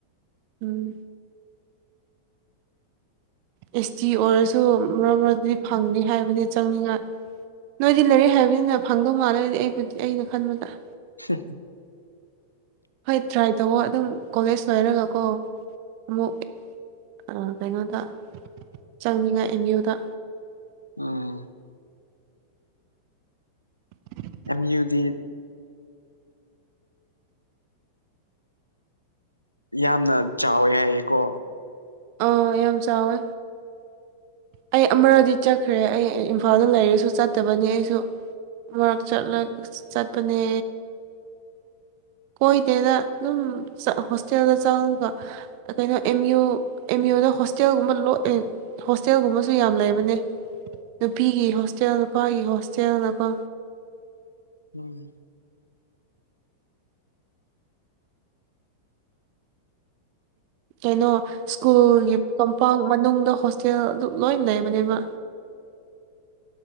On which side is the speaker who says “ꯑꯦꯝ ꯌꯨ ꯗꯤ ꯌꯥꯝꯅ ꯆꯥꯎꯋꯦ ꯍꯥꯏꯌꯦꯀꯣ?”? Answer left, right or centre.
Left